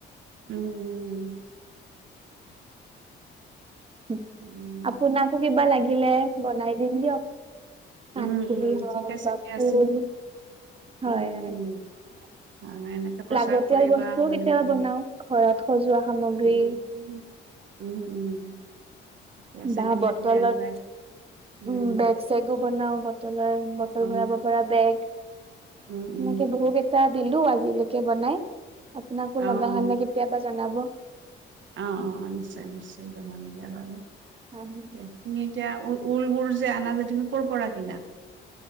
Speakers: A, on the right; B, on the right.
A: উম, উম।
B: <inaudible>
A: উম
B: আপোনাাক কিবা
A: উম
B: লাগিলে বনাই দিম দিয়ক। কাণফুলি
A: উম উম
B: হওক
A: ঠিক আছে
B: বা
A: ঠিকে
B: ফুল
A: আছে
B: হয়
A: উম
B: হয়।
A: অ, এনেকে প্ৰচাৰ
B: লাগতিয়াল
A: কৰিবা
B: বস্তুও
A: মানে
B: কেতিয়াবা
A: উম
B: বনাও ঘৰত সজোৱা সামগ্ৰী।
A: উম উম উম। ঠিকে আছে
B: বা
A: এনেকে
B: বটলত
A: তুমি আগুৱাই উম
B: উ বেগ চেগো বনাও। বটলৰে বটল
A: অ
B: ভৰাব পৰা বেগ
A: উম উম
B: এনেকে বহু কেইটা দিলো আজি। জিলৈকে বনাই আপোনাকো
A: অ
B: লগা হলে কেতিয়াবা জনাব।
A: অ' অ' অ' নিশ্চয় নিশ্চয় জনাম। লাগা হলে,
B: আৰু
A: তুমি এতিয়া উলবুল যে আনা যে তুমি কৰ পৰা কিনা?